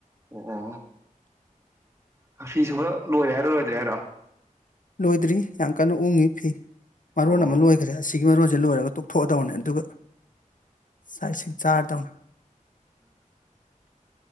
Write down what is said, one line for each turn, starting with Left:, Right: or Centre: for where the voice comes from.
Right: ꯑꯣ ꯑꯣ ꯐꯤꯨꯕ ꯂꯣꯏꯔ ꯍꯥꯏꯔꯣꯏꯔꯦ ꯗꯦꯔꯥ
Left: ꯂꯣꯏꯗ꯭ꯔꯤ ꯌꯥꯝ ꯀꯟꯅ ꯎꯡꯏꯤ ꯐꯤ ꯃꯔꯣꯟ
Right: ꯑꯣ
Left: ꯑꯃ ꯂꯣꯏꯈ꯭ꯔꯦ ꯑꯁꯤꯒꯤ ꯃꯔꯣꯟꯁꯤ ꯂꯣꯏꯔꯕ ꯇꯣꯛꯊꯣꯛꯑꯗꯕꯅꯦ ꯑꯗꯨꯒ ꯆꯥꯛ ꯏꯁꯤꯡ ꯆꯥꯔꯗꯧꯅ